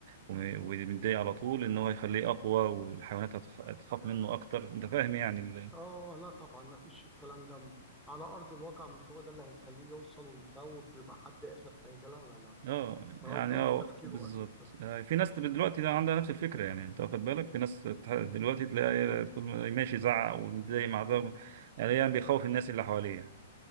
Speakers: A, on the right; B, in the centre.
A: وم-
B: مهم.
A: ومتضايق على طول ان هو يخليه اقوى والحيوانات هتخ- هتخاف منه اكتر انت فاهم يعني ال-
B: اه لا طبعا ما فيش الكلام ده على ارض الواقع مش هو ده اللي هيخليه يوصل ويخوف ويبقى حد اخر حاجه لا لا لا
A: اه يعني
B: غلطان
A: اه
B: في تفكيره
A: بالظبط
B: اساسا
A: آه، في ناس تبقى دلوقتي ده عندها نفس الفكرة يعني انت واخد بالك في ناس تح- دلوقتي تلاقي تكون ماشي يزعق ومتضايق مع
B: اه
A: ده يعني بيخوف الناس اللي حواليه يعني.